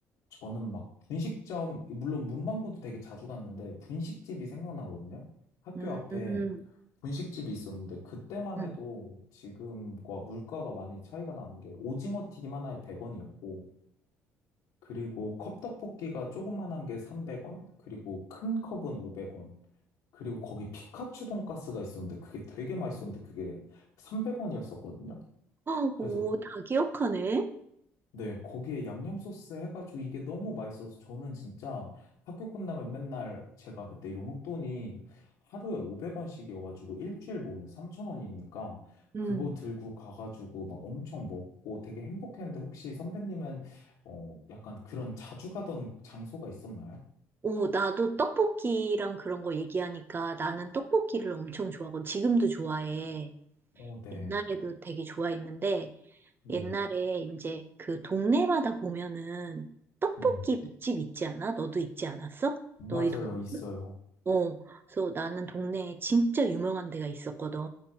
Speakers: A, on the left (about 75°); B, on the right (about 35°).
A: 저는 막 분식점, 물론 문방구도 되게 자주 갔는데 분식집이 생각나거든요. 학교
B: 음,
A: 앞에.
B: 음,
A: 분식집이 있었는데 그때만
B: 음.
A: 해도 지금과 물가가 많이 차이가 나는 게 오징어 튀김 하나에 100원이었고 그리고 컵떡볶이가 조그만한 게 300원 그리고 큰 컵은 500원 그리고 거기 피카츄 돈가스가 있었는데 그게 되게 맛있었는데 그게 300원이었었거든요.
B: 어,
A: 그래서
B: 오, 다 기억하네.
A: 네, 거기에 양념 소스 해가지고 이게 너무 맛있어서 저는 진짜 학교 끝나면 맨날 제가 그때 용돈이 하루에 500원씩이어가지고 일주일 모으면 3,000원이니까
B: 음.
A: 그거 들고 가가지고 막 엄청 먹고 되게 행복했는데 혹시 선배님은 어, 약간 그런 자주 가던 장소가 있었나요?
B: 오, 나도 떡볶이랑 그런 거 얘기하니까 나는 떡볶이를 엄청 좋아하고 지금도 좋아해.
A: 어, 네,
B: 옛날에도 되게 좋아했는데
A: 네,
B: 옛날에 이제 그 동네마다 보면은 떡볶이
A: 네.
B: 맛집 있지 않아? 너도 있지 않았어?
A: 맞아요,
B: 너희 동네?
A: 있어요.
B: 어, 그래서 나는 동네에 진짜 유명한 데가 있었거든.